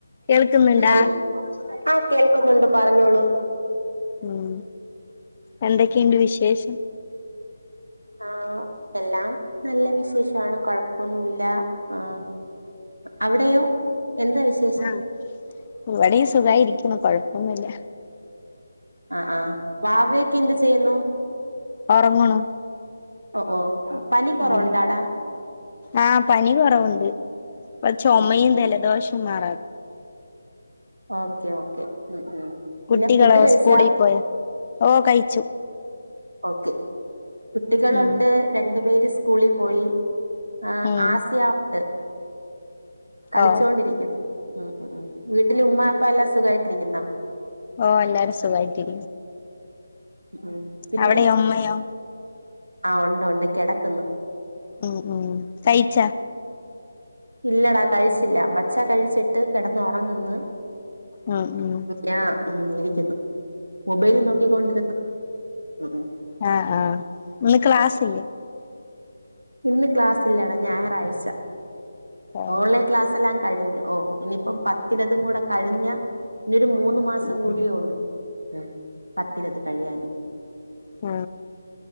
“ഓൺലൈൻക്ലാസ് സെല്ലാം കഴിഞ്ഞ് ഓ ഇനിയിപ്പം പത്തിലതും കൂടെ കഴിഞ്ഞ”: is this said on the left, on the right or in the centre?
Right